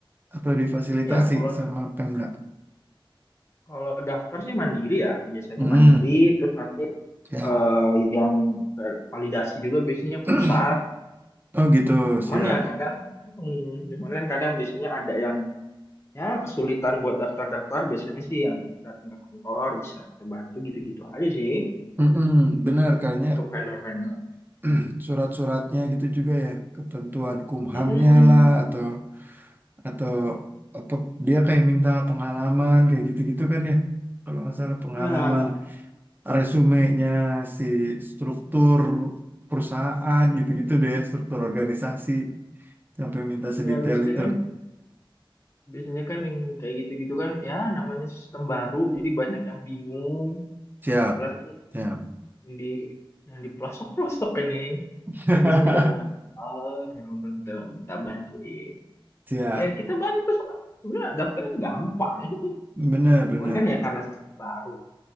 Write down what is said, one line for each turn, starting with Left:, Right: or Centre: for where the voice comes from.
Right: Atau difasilitasi
Left: iya kalau
Right: sama
Left: da-
Right: Pemda?
Left: kalau daftar sih mandiri ya biasanya
Right: Hmm,
Left: mandiri terus nanti
Right: siap.
Left: eh, yang ver- validasi juga biasanya
Right: <clears throat>
Left: pusat
Right: Oh gitu,
Left: cuman
Right: siap.
Left: ya kadang mm, cuman kan kadang biasanya ada yang ya kesulitan buat daftar-daftar biasanya sih yang datang ke kantor bisa kita bantu gitu-gitu aja sih
Right: Mm-mm, benar kayaknya
Left: untuk vendor-vendor.
Right: <clears throat> surat-suratnya gitu juga ya ketentuan kumhamnya
Left: Mm-mm.
Right: lah atau atau apa dia kayak minta pengalaman kayak gitu-gitu kan ya kalau nggak salah pengalaman
Left: Ya,
Right: resumenya si struktur perusahaan
Left: Mm-mm.
Right: gitu-gitu deh struktur organisasi sampai minta sedetail
Left: ya biasanya
Right: itu
Left: kan, biasanya kan yang kayak gitu-gitu kan, ya namanya sistem baru, jadi banyak yang bingung,
Right: siap
Left: apalagi
Right: siap
Left: yang di yang di pelosok-pelosok ini,
Right: <laughs>
Left: dia biasanya datang ke kantor, orang-orang tuh minta bantuin.
Right: siap
Left: Ya kita bantu soalnya sebenarnya daftarnya gampang, <laughs>
Right: benar benar
Left: cuman kan ya karena sistem baru.